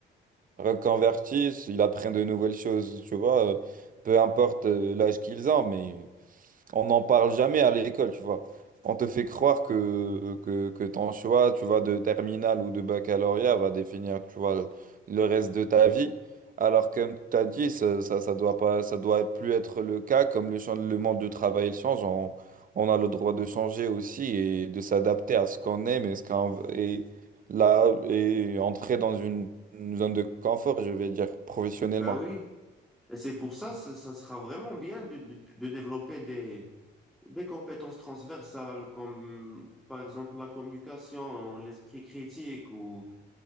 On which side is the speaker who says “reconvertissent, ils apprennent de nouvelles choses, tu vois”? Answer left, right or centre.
Right